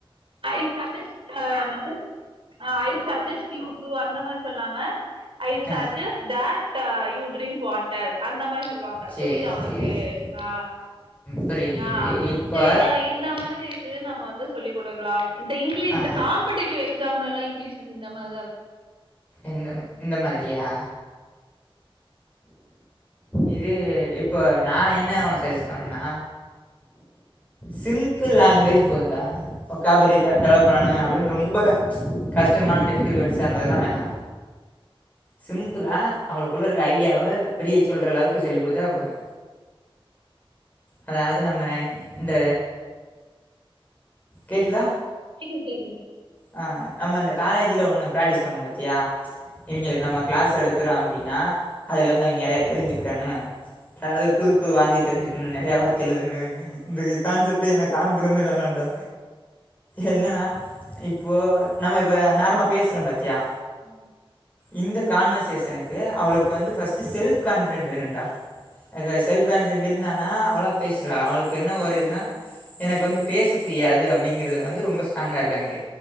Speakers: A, on the right (about 65°); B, on the left (about 15°).
A: ஐ சஜஸ்ட் அ என்னது ஐ சஜஸ்ட் யூ டூ அந்த மாரி சொல்லாம I suggest
B: ah
A: that you drink water அந்த மாரி சொல்லுவாங்க
B: சரி
A: புரிதா உனக்கு
B: சரி சரி
A: ஆ
B: புரியுது
A: ஆ
B: இப்போ
A: சேரியா இந்த மாரி இது நம்ம வந்து சொல்லி குடுக்கலாம் இந்த இங்கிலி
B: ஆ
A: இந்த காம்படிடிவ் எக்ஸாம்லல்லா இங்கிலீஷ் வந்து இந்த மாரிதா இருக்கு
B: என்ன இந்த மாரியா இது இப்ப நா என்ன உனக்கு சஜஸ்ட் பண்னா சிம்பிள் லேங்வேஜ் போதுன்டா ஒக்காபரீ டெவலப் பண்ணணு அப்டின்னு ரொம்ப கஷ்டமான டிஃபிகல்ட் வேர்ட்ஸ் அந்த இதெல்லா வேணா சிம்பிளா அவளுக்குள்ள இருக்க ஐடியாவை வெளிய சொல்ற அளவுக்கு சொல்லி குடுத்தா போது அதாவது நம்ம இந்த கேக்குதா
A: கேக்குது கேக்குது
B: அ நம்ம இந்த காலேஜ்ல ஒண்ணு பிராக்டிஸ் பண்ணோம் பாத்தியா இவிங்களுக்கு நம்ம கிளாஸ் எடுக்குறோ அப்டினா அதில வந்து அவிங்க நெறையா தெரிஞ்சிக்கிடணு அதாவது புது புது வர்த்தைய தெரிஞ்சுக்கணு நெறைய வர்த்தய எழுதணு இந்த கான்செப்ட்டெ எனக்கு ஆரம்பத்துல இருந்தே வேணாண்டா என்னனா இப்போ நம்ம இப்ப நார்மலா பேசுறம் பாத்தியா
A: ம்
B: இந்த கான்வர்சேஷனுக்கு அவுளுக்கு வந்து ஃபர்ஸ்ட் செல்ஃப் கான்ஃபிடென்ட் வேணுன்டா செல்ஃப் உக்காந்ட்டு இருந்தானா அவளா பேசிறுவா அவுளுக்கு என்ன ஒரு இதுனா எனக்கு வந்து பேசத் தெரியாது அப்டிங்கறதுல வந்து ரொம்ப ஸ்ட்ராங்கா இருக்காங்க